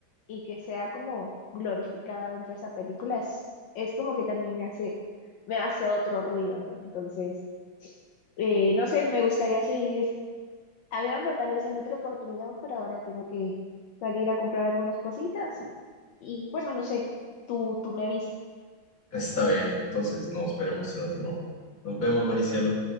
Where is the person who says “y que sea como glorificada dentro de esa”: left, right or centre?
Left